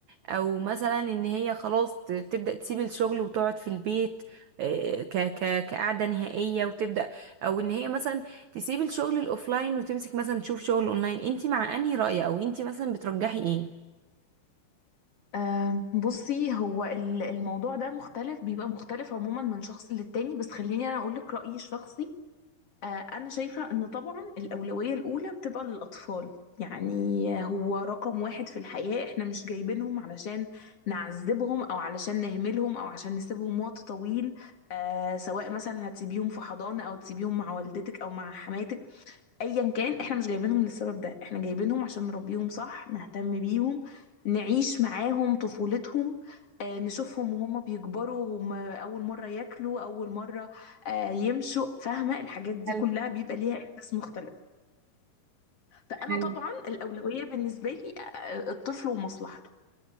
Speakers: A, on the right; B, on the left.
A: او مثلا ان هي خلاص ت- تبدأ تسيب الشغل وتقعد في البيت آه، ك ك كقعدة نهائية وتبدأ او ان هي مثلا تسيبي الشغل الاوفلاين وتمسك مثلا تشوف شغل اونلاين انتي مع انهي رأي او انتي مثلا بترجحي ايه
B: أه بصي هو ال- الموضوع ده مختلف بيبقى مختلف عموما من شخص للتاني بس خليني انا اقول لك رأيي الشخصي أه انا شايفة ان طبعا الأولوية الأولى بتبقى للأطفال يعني هو رقم واحد في الحياة احنا مش جايبينهم علشان نعذبهم او علشان نهملهم او عشان نسيبهم وقت طويل أه سواء مثلا هتسيبيهم في حضانة او تسيبيهم مع والدتك او مع حماتك ايا كان احنا مش جايبينهم للسبب ده احنا جايبينهم عشان نربيهم صح نهتم بيهم نعيش معاهم طفولتهم آه، نشوفهم وهم بيكبروا هم اول مره ياكلوا اول مره آه، يمشوا فاهمه الحاجات دي
A: حلو
B: كلها بيبقى ليها احساس مختلف فانا
A: حلو
B: طبعا الاولويه بالنسبه لي آه، الطفل ومصلحته